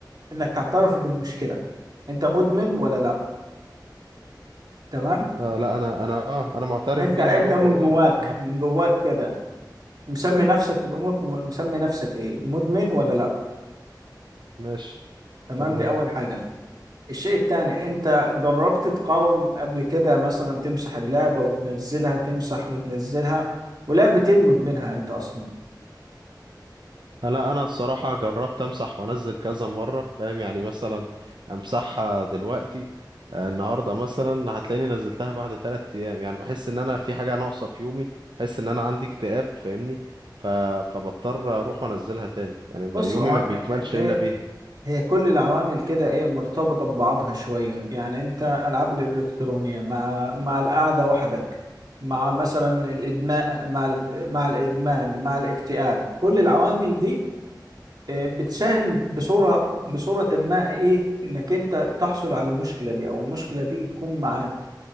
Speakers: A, on the right; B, on the right.
A: انك تعترف بالمشكلة انت مدمن ولا لا تمام
B: آه لا انا انا اه انا معترف
A: انت
B: بيها
A: انت
B: اهو
A: من
B: بقول
A: جواك
B: لك اه
A: من جواك كده مسمي نفسك مسمي نفسك ايه مدمن ولا لا
B: ماشي
A: تمام
B: تمام
A: دي أول حاجة الشيء التاني أنت جربت تقاوم قبل كده مثلا تمسح اللعبة وتنزلها تمسح وتنزلها ولا بتلمد منها أنت أصلا
B: لا انا الصراحه جربت امسح وانزل كذا مره فاهم يعني مثلا امسحها دلوقتي آه، النهارده مثلا هتلاقيني نزلتها بعد 3 ايام يعني بحس ان انا في حاجه ناقصه في يومي بحس ان انا عندي اكتئاب فاهمني ف... فبضطر اروح وانزلها تاني يعني ب-
A: بص
B: يومي
A: هو
B: ما بيكملش
A: هي
B: الا بيها
A: هي كل العوامل كده إيه مرتبطة ببعضها شوية يعني أنت ألعاب الإلكترونية مع مع القعدة وحدك مع مثلا الإدمان مع ال- مع الإدمان مع الاكتئاب كل العوامل دي آه، بتساهم بصورة بصورة ما ايه انك انت تحصل على المشكلة دي او المشكلة دي تكون معاك